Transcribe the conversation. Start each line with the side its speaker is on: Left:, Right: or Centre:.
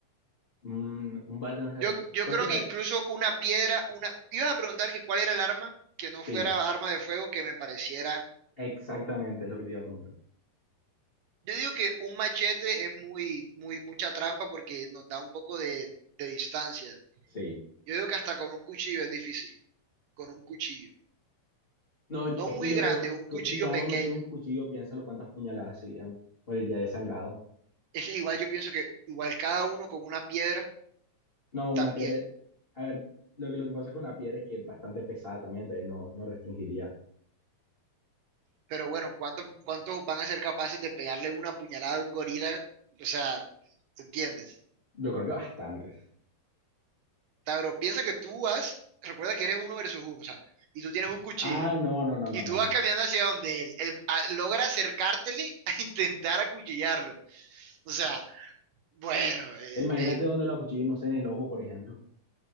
Left: Mm, un bate no es la
Right: Yo,
Left: gran,
Right: yo
Left: ¿cuál
Right: creo
Left: te parece?
Right: que incluso una piedra, una... Ibas a preguntar que cuál era el arma que no fuera
Left: Sí,
Right: arma de fuego que me pareciera...
Left: exactamente es lo que te iba a preguntar,
Right: Yo digo que un machete es muy, muy, mucha trampa porque nos da un poco de, de distancia.
Left: sí,
Right: Yo digo que hasta con un cuchillo es difícil, con un cuchillo.
Left: no, es
Right: No muy
Left: que yo
Right: grande,
Left: creo,
Right: un
Left: cu-
Right: cuchillo
Left: si cada
Right: pequeño.
Left: uno tiene un cuchillo, piénsalo cuántas puñaladas serían, moriría desangrado,
Right: Es que igual yo pienso que igual cada uno con una piedra
Left: no, una
Right: también.
Left: piedra, a ver, lo que, lo que pasa con la piedra es que es bastante pesada también, entonces no, no restringiría,
Right: Pero bueno, ¿cuántos, cuántos van a ser capaces de pegarle una puñalada a un gorila? O sea, ¿te entiendes?
Left: yo creo que bastante,
Right: Tabro, piensa que tú vas, recuerda que eres uno versus uno, o sea, y tú tienes un cuchillo,
Left: Ah, no, no, no, no,
Right: y tú
Left: no.
Right: vas caminando hacia donde él, él a- logra acercártele <laughs> a intentar acuchillarlo. O sea, bueno, eh,
Left: Eh, Imagínate
Right: eh,
Left: donde lo acuchillan, no sé, en el ojo, por ejemplo.